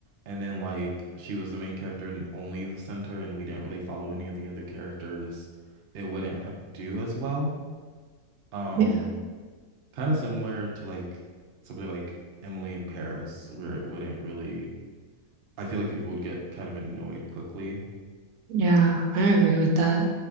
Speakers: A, on the right (about 55°); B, on the right (about 80°).
A: and then like she was the main character and only the center and we didn't really follow any of the other characters, it wouldn't ha- do as well. Um
B: Yeah,
A: kind of similar to like something like Emily in Paris where it wouldn't really I feel like people would get kind of annoyed quickly
B: yeah, I agree with that.